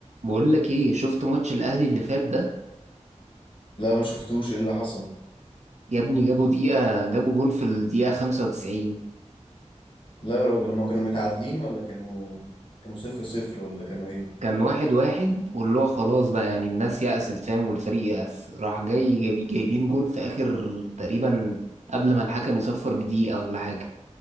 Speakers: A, on the right; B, on the left.
A: بقول لك ايه شفت ماتش الاهلي اللي فات ده
B: لا ما شفتوش ايه اللي حصل
A: يا ابني جابوا دقيقة جابوا جون في الدقيقة 95
B: لا يا راجل هما كانوا متعادلين ولا كانوا كانوا صفر صفر ولا كانوا ايه
A: كان واحد واحد واللي هو خلاص بقى يعني الناس يأست فاهم والفريق يأس راح جاي جايب- جايبين جون في اخر تقريبا قبل ما الحكم يصفر بدقيقة ولا حاجة